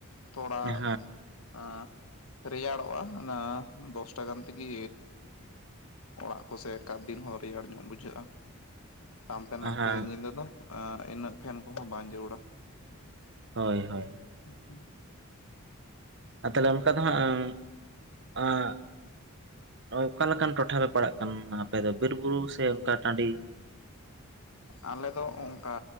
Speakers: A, on the left; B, on the right.
A: ᱛᱚᱲᱟᱜ-ᱟ
B: ᱦᱮᱸ
A: ᱨᱮᱭᱟᱲᱚᱜᱼᱟ ᱚᱱᱟ ᱫᱚᱥᱴᱟ ᱜᱟᱱ ᱛᱮᱜᱮ ᱚᱲᱟᱜ ᱠᱚᱥᱮᱜ ᱮᱠᱟᱛ ᱫᱤᱱ ᱦᱚᱸ ᱨᱮᱭᱟᱲ ᱧᱚᱜ ᱵᱩᱡᱷᱟᱹᱜ-ᱟ᱾ ᱛᱟᱢᱛᱮ ᱱᱟᱯᱮ
B: ᱦᱮᱸ
A: ᱧᱤᱫᱟᱹ ᱫᱚ ᱤᱱᱟᱹᱜ ᱯᱷᱮᱱ ᱠᱚᱦᱚᱸ ᱵᱟᱝ ᱡᱟᱹᱨᱩᱲᱟ
B: ᱦᱳᱭ
A: ᱦᱩᱸ
B: ᱦᱳᱭ
A: ᱦᱩᱸᱻ ᱦᱩᱸ
B: ᱟᱨ ᱛᱟᱦᱞᱮ ᱚᱱᱠᱟ ᱫᱚ ᱦᱟᱸᱜ ᱟᱸ ᱚᱠᱟᱞᱮᱠᱟᱱ ᱴᱚᱴᱷᱟ ᱯᱮ ᱯᱟᱲᱟᱜ ᱠᱟᱱᱟ ᱟᱯᱮ ᱫᱚ ᱵᱤᱨ ᱵᱩᱨᱩ ᱥᱮ ᱚᱱᱠᱟ ᱴᱟᱺᱰᱤ
A: ᱟᱞᱮ ᱫᱚ ᱚᱱᱠᱟ